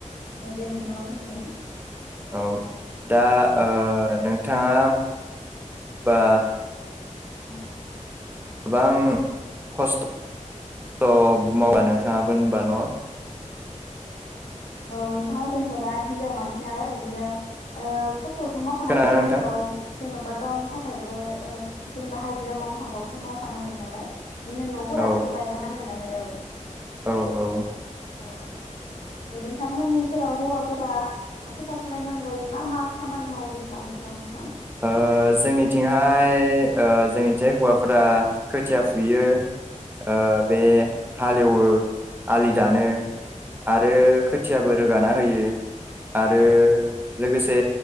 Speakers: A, on the left; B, on the right.
A: औ दे नोंथाङा बुंग्रोदो
B: औ दा ओ नोंथाङा बा
A: औ
B: गोबां खस्थ‌ मावना नोंथाङाबो होनबा न
A: औ नोंथाङा जोंथ दा हिनजाव मानसि नालाय बिदिनो ओ खस्थखौ थ मावखानांसिगोन
B: खोनादोंना नोंथां
A: गाव जेनबा गावनि था खायबो जेनेबा हाइजिरा मावनो थांबाबोथ मावखानांगोन नालाय बिदिनो न फोरावबोथ
B: औ
A: गायखानांगोन ना औ
B: औ औ
A: औ नोंथांमोननि ओनसोलाव हौवा फोरा खोथिया फुनायनि अनगायै मा मा खामानि मावो दैज्लां बोथोराव नोंथां?
B: ओ जोंनिथिंहाय ओ जोंनिथिहाय हौवाफोरा खोथिया फुयो ओ बे हालेवो आलि दानो आरो खोथियाबो रो गाना होयो। आरो लोगो से